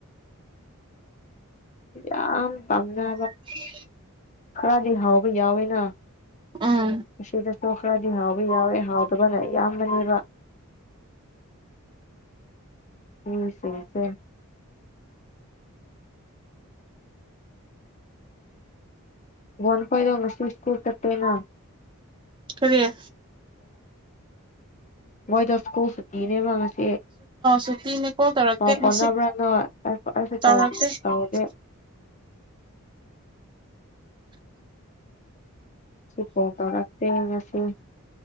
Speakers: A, on the left; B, on the right.
A: ꯌꯥꯝ ꯄꯝꯅ
B: ꯎꯝ <inaudible>
A: ꯈꯔꯗꯤ ꯍꯥꯎꯕ ꯌꯥꯎꯋꯦꯅ
B: ꯎꯝ
A: ꯁꯤꯗꯁꯨ ꯈꯔꯗꯤ ꯍꯥꯎꯕ ꯌꯥꯎꯋꯦ ꯍꯥꯎ ꯌꯥꯝꯕꯅꯦꯕ ꯎꯝ ꯃꯤꯁꯤꯡꯁꯦ ꯋꯥꯟ <inaudible> ꯐꯥꯏꯗ ꯉꯁꯤ ꯁꯀ꯭ꯨꯜ ꯆꯠꯇꯦꯅ
B: ꯀꯔꯤꯦ
A: ꯃꯣꯏ ꯇꯁ ꯀꯧ ꯁꯇꯅꯦꯕꯁꯦ
B: ꯁꯨꯇꯤꯅꯦ ꯀꯣꯜ ꯇꯧꯔꯛꯇꯦ
A: ꯑ
B: ꯉꯁꯤ
A: ꯄꯅꯥꯕ꯭ꯔꯥꯅ ꯇ ꯑꯩꯁꯨ
B: ꯇꯧꯔꯛꯇꯦ
A: ꯇ ꯇꯧꯗꯦ
B: <unintelligible>
A: ꯄꯣ ꯇꯔꯇ ꯉꯁ